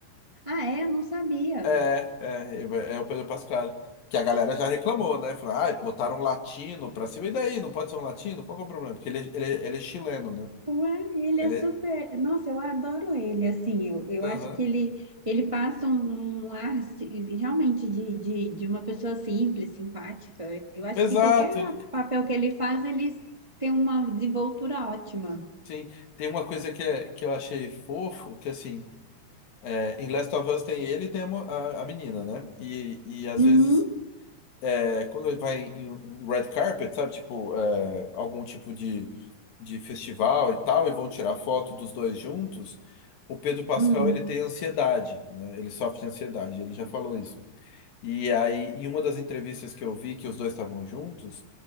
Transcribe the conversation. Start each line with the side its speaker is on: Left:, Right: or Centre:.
Right: Ah, é? Eu não sabia.
Left: é, é, ele vai- é o Pedro Pascal. Que a galera já reclamou, né? Falou, ah, botaram um latino pra cima. E daí? Não pode ser um latino? Qual que é o problema? Porque ele, é- ele, é ele é chileno, né?
Right: Ué, ele
Left: Ele
Right: é super.
Left: é.
Right: Nossa, eu adoro ele. Assim, eu, eu
Left: Aham.
Right: acho que ele, ele passa um, um ar assim, realmente de, de, de uma pessoa simples, simpática. Eu acho
Left: Exato.
Right: que qualquer
Left: ele-
Right: papel que ele faz, ele tem uma desenvoltura ótima.
Left: sim. Tem uma coisa que, é, que eu achei fofo, que assim. É, em Last of Us tem ele e tem a, mo- a- a menina, né? E, e às
Right: Uhum.
Left: vezes, é, quando ele vai em um red carpet, sabe? Tipo, é, algum tipo de, de festival e tal, e vão tirar foto dos dois juntos, o Pedro Pascal,
Right: Hum.
Left: ele tem ansiedade, né? Ele sofre de ansiedade, ele já falou isso. E aí, em uma das entrevistas que eu vi que os dois estavam juntos,